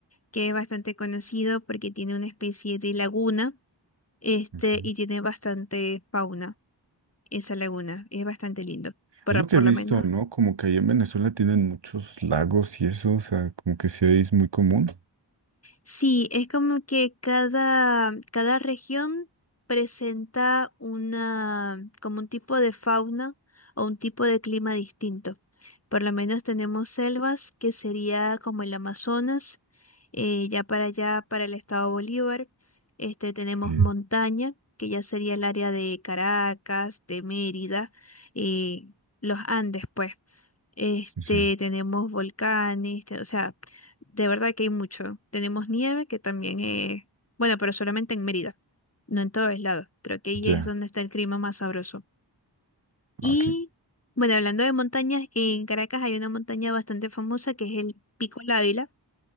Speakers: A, on the left; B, on the right.
A: que es bastante conocido porque tiene una especie de laguna este,
B: ok.
A: y tiene bastante fauna esa laguna. Es bastante lindo. Por,
B: Es lo que
A: por
B: he visto,
A: lo menos
B: ¿no? Como que ahí en Venezuela tienen muchos lagos y eso, o sea, como que sí es muy común.
A: Sí, es como que cada, cada región presenta una, como un tipo de fauna o un tipo de clima distinto. Por lo menos tenemos selvas, que sería como el Amazonas, eh, ya para allá, para el estado Bolívar. Este, tenemos
B: Sí.
A: montaña, que ya sería el área de Caracas, de Mérida, eh, los Andes, pues. Este,
B: Sí, sí.
A: tenemos volcanes, te- o sea, de verdad que hay mucho. Tenemos nieve que también es, bueno, pero solamente en Mérida, no en todos lados. Creo que ahí
B: ya,
A: es donde está el clima más sabroso. Y
B: ah, qué
A: bueno, hablando de montañas, en Caracas hay una montaña bastante famosa que es el Pico Lávila,